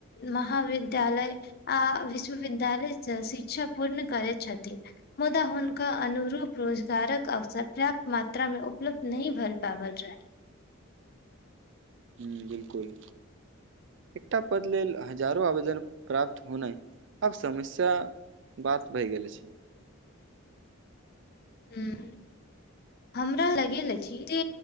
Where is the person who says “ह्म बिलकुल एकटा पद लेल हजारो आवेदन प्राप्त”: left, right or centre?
Right